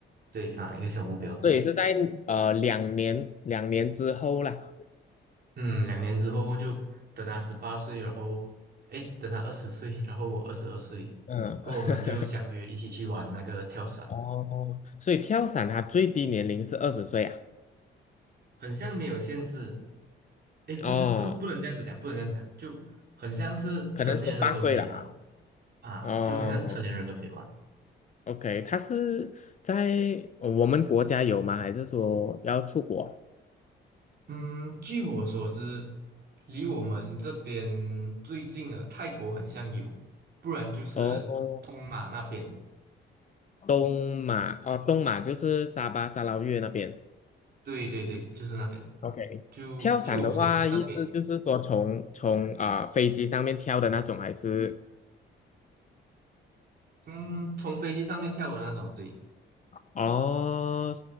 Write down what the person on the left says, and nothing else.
对，是在呃两年两年之后啦，
嗯。
<laughs> 哦，所以跳伞它最低年龄是二十岁啊？
哦，
可能是八岁了啊。
哦
，OK，它是在呃我们国家有吗？还是说要出国？
哦，东马哦，东马就是沙巴、沙捞越那边。
OK，
跳伞的话，意思就是说从从啊、
呃飞机上面跳的那种，还是
哦